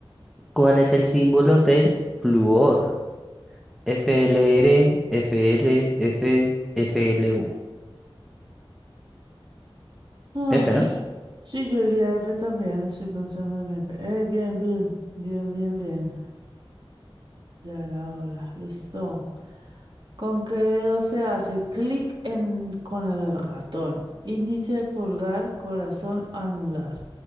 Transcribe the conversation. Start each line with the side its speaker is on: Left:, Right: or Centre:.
Centre: ¿Cuál es el símbolo del flúor? F L R F, L FLU. F, L U.
Right: Ush,
Centre: F, ¿no?
Right: sí, yo iría a F también, estoy pensando en F. Eh, bien, bien, bien, bien, bien. Ya era hora, listo. ¿Con qué dedo se hace clic en, con el ratón? Índice, pulgar, corazón, anular.